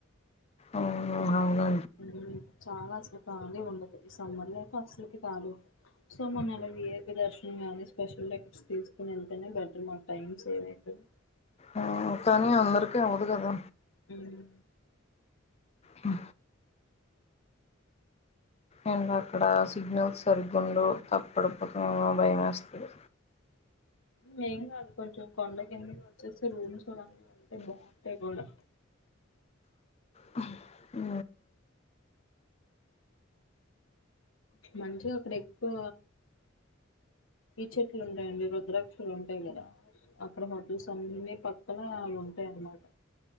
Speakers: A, on the left (about 30°); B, on the left (about 75°).
A: ఓహో అవునా
B: ఉమ్ చాలా అసలు ఖాళీ ఉండదు ఈ సమ్మర్ లో అయితే అసలుకి ఖాళీ సో మన వి ఐ పి దర్శనం గాని స్పెషల్ టికెట్స్ తీసుకుని వెళ్తేనే బెటర్ మనకు టైం సేవ్ ఐతాది.
A: ఆ కానీ అందరికీ అవదు కదా
B: ఉమ్
A: ఆ అండ్ అక్కడ సిగ్నల్స్ సరిగుండవు తప్పడుపోతేమో భయ వేస్తది.
B: మేం కాదు కొంచెం కొండ కింద క వచ్చేస్తే రూమ్స్ అవన్నీ ఉంటే బాగుంటాయి కూడా
A: ఆ
B: మంచిగా అక్కడ ఎక్కువ ఈ చెట్లు ఉంటాయండి రుద్రాక్షులు ఉంటాయి కదా అక్కడ హోటల్స్ అన్ని పక్కల అవి ఉంటాయిన్నమాట